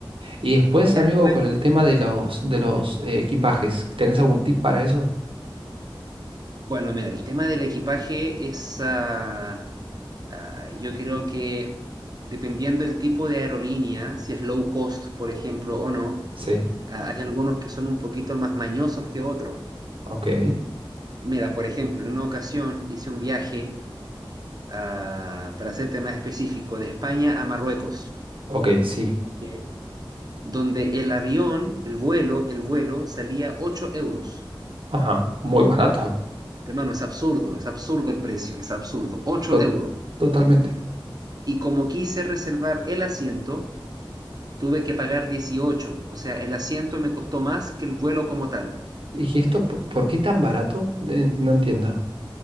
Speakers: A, on the right; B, on the right.
A: Y después,
B: Porque ya
A: amigo,
B: después,
A: con el tema de los, de los eh, equipajes, ¿tenés algún tip para eso?
B: Bueno, mira, el tema del equipaje es, ah, ah, yo creo que dependiendo del tipo de aerolínea, si es low cost, por ejemplo, o no,
A: Sí.
B: ah, hay algunos que son un poquito más mañosos que otros.
A: Ok.
B: Mira, por ejemplo, en una ocasión hice un viaje, ah, para ser tema específico, de España a Marruecos,
A: Ok, sí.
B: Ok. donde el avión, el vuelo, el vuelo salía 8 euros.
A: Ajá. Muy barato.
B: Hermano, es absurdo, es absurdo el precio, es absurdo, 8
A: To-
B: euros.
A: totalmente.
B: y como quise reservar el asiento, tuve que pagar 18. O sea, el asiento me costó más que el vuelo como tal.
A: ¿Y esto po- por qué tan barato? Eh, no entiendo.